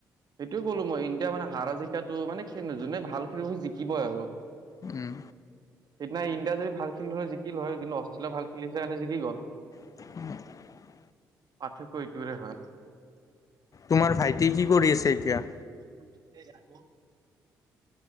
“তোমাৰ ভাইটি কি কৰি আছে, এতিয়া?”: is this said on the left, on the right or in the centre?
Left